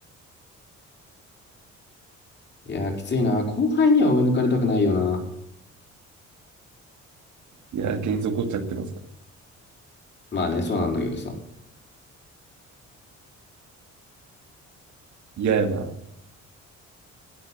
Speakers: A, on the left; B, on the right.
A: いやー、きついな。後輩には追い抜かれたくないよな。
B: いや、幻想起こっちゃってますか
A: まあね、そうなんだけどさ。
B: ら。嫌やな。